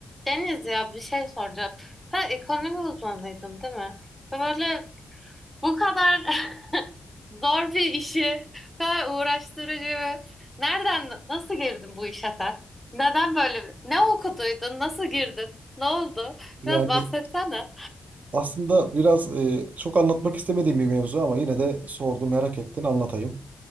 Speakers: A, in the centre; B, on the right.
A: Deniz ya bir şey soracağım. Sen ekonomi uzmanıydın değil mi? Ve Böyle bu kadar <laughs> zor bir işi, bu kadar uğraştırıcı. Nereden, nasıl girdin bu işe sen? Neden böyle? bir- Ne okuduydun? Nasıl girdin? Ne oldu?
B: Yani
A: Biraz bahsetsene.
B: aslında biraz e, çok anlatmak istemediğim bir mevzu ama yine de sordu merak ettin, anlatayım.